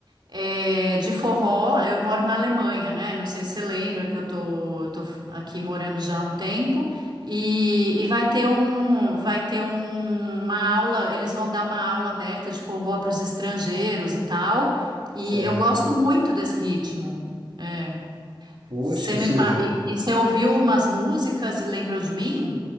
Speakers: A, on the right; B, on the right.
A: é, de forró. Eu moro na Alemanha, né? Não sei se você lembra que eu tô, tô aqui morando já há um tempo. E, e vai ter um, vai ter um- uma aula. Eles vão dar uma aula aberta de forró para os estrangeiros e tal. E
B: Certo.
A: eu gosto muito desse ritmo. É.
B: Poxa,
A: Você me
B: Silvia.
A: fa... e, e você ouviu umas músicas e lembrou de mim?